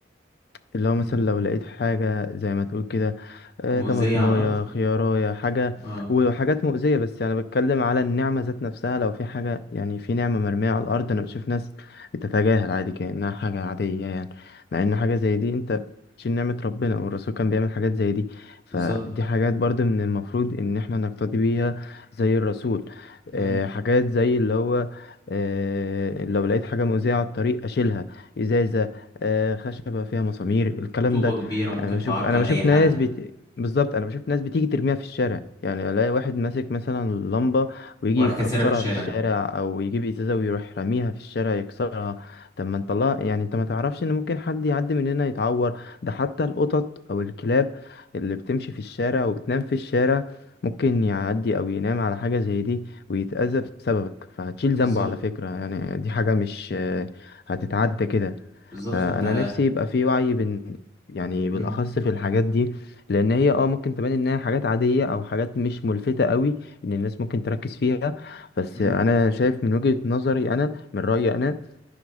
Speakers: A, on the left (about 55°); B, on the left (about 20°).
A: اللي هو
B: مم.
A: مثلا لو لقيت حاجة زي ما تقول كده آه،
B: مؤذية
A: طماطماية
B: على الأرض؟
A: خياراية حاجة
B: اه
A: وحاجات مؤذية بس يعني بتكلم على النعمة ذات نفسها لو في حاجة يعني في نعمة مرمية على الأرض أنا بشوف ناس بتتجاهل عادي كأنها حاجة عادية يعني مع إن حاجة زي دي أنت بتشيل نعمة ربنا والرسول كان بيعمل حاجات زي دي فدي
B: بالظبط
A: حاجات برضه من المفروض إن إحنا نقتدي بيها زي الرسول
B: مم.
A: آه، حاجات زي اللي هو آه، لو لقيت حاجة مؤذية على الطريق أشيلها إزاي آه، خشبة فيها مسامير الكلام
B: طوبة
A: ده
B: كبيرة ممكن
A: انا بشوف
B: تعرقل
A: انا بشوف
B: أي حد
A: ناس بت... بالظبط انا بشوف ناس بتيجي ترميها في الشارع يعني الاقي واحد ماسك مثلا لمبة ويجي
B: وراح
A: يكسرها
B: كاسرها في الشارع
A: في الشارع او يجيب ازازة ويروح راميها في الشارع يكسرها طب ما انت الله يعني انت ما تعرفش ان ممكن حد يعدي من هنا يتعور ده حتى القطط او الكلاب اللي بتمشي في الشارع وبتنام في الشارع ممكن يعدي او ينام على حاجة زي دي ويتأذى بسببك فهتشيل ذنبه
B: بالظبط
A: على فكرة يعني دي حاجة مش آه، هتتعدى كده
B: بالظبط
A: فانا
B: فأنت
A: نفسي يبقى في وعي بين يعني
B: مم.
A: بالاخص في الحاجات دي لان هي اه ممكن تبان انها حاجات عاديه او حاجات مش ملفته قوي ان الناس ممكن تركز فيها بس
B: مم.
A: انا شايف من وجهه نظري انا من رايي انا